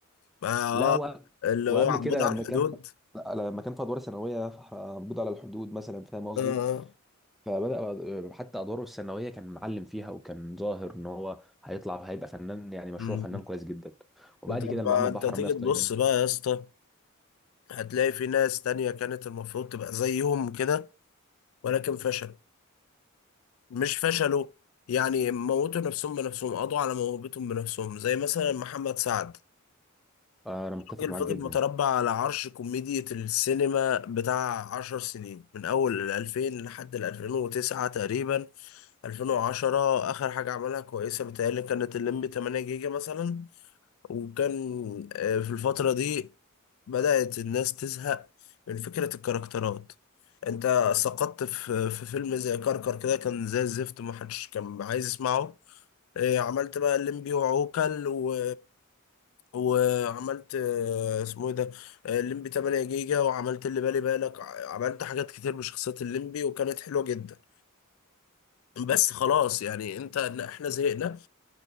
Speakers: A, on the left; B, in the centre.
A: آه
B: لا
A: آه،
B: و...
A: اللي
B: وقبل
A: هو عبود
B: كده
A: على
B: لما
A: الحدود
B: كان لا، لما كان في ادوار ثانويه في ح- موجود على الحدود مثلا فاهم قصدي
A: آه آه.
B: فبدأ بقى- حتى أدواره الثانوية كان معلم فيها وكان ظاهر إن هو هيطلع هيبقى فنان يعني مشروع
A: مم.
B: فنان كويس جدا وبعد
A: طب
B: كده لما
A: ما
B: عمل
A: انت
B: بحر
A: تيجي
B: مياه في
A: تبص
B: تايلاند
A: بقى يا اسطى هتلاقي في ناس تانية كانت المفروض تبقى زيهم كده ولكن فشلوا مش فشلوا يعني موتوا نفسهم بنفسهم قضوا على موهبتهم بنفسهم زي مثلا محمد سعد
B: آه، أنا متفق
A: راجل
B: معاك
A: فضل
B: جدا
A: متربع على عرش كوميديا السينما بتاع عشر سنين من أول 2000 لحد 2009 تقريبا 2010 آخر حاجة عملها كويسة بتهيألي كانت الليمبي 8 جيجا مثلا وكان آه، في الفترة دي بدأت الناس تزهق من فكرة الكاركترات انت سقطت في في فيلم زي كركر كده كان زي الزفت محدش كان عايز يسمعه إيه، عملت بقى الليمبي وعوكل و... وعملت آه، اسمه ايه ده آه، الليمبي 8 جيجا وعملت اللي بالي بالك ع- عملت حاجات كتير بشخصية الليمبي وكانت حلوة جدا بس خلاص يعني انت احنا زهقنا